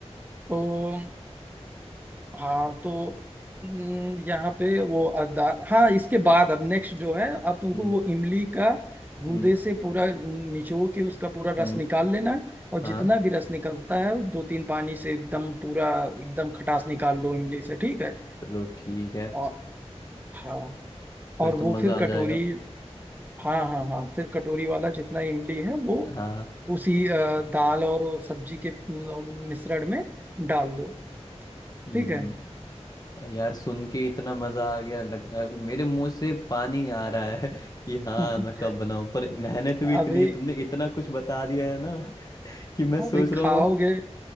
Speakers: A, on the right; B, on the left.
A: तो हाँ तो हम्म, यहाँ पे वो अदा हाँ इसके बाद अब नेक्स्ट जो है अब तुमको
B: हम्म
A: वो इमली का गूदे
B: हम्म हम्म,
A: से पूरा निचो के उसका पूरा
B: हम्म,
A: रस निकाल लेना है और जितना
B: हाँ
A: भी रस निकलता है दो तीन पानी से एकदम पूरा एकदम खटास निकाल लो इमली से ठीक है
B: चलो ठीक है
A: और हाँ
B: फिर
A: और
B: तो मज़ा
A: वो फिर
B: आ
A: कटोरी
B: जाएगा
A: हाँ हाँ हाँ फिर कटोरी वाला जितना इमली है वो
B: हाँ
A: उसी अ, दाल और सब्जी के अ, मिश्रण में डाल दो
B: हम्म
A: ठीक है
B: यार सुन के इतना मजा आ गया लग अ, मेरे मुंह से पानी आ रहा है <laughs> कि हाँ
A: <laughs>
B: मैं कब बनाऊं पर मेहनत भी इतनी
A: अभी
B: है तुमने इतना कुछ बता दिया है ना <laughs> कि मैं
A: अभी
B: सोच रहा
A: खाओगे
B: हूँ